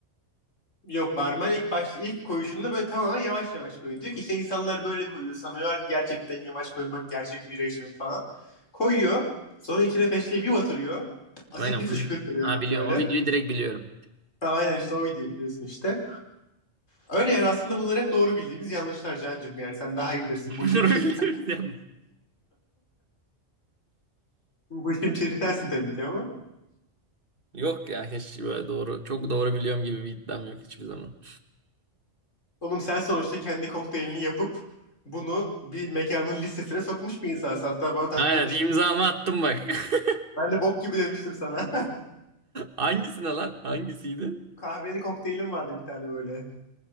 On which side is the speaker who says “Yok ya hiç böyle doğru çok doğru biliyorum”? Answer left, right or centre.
Right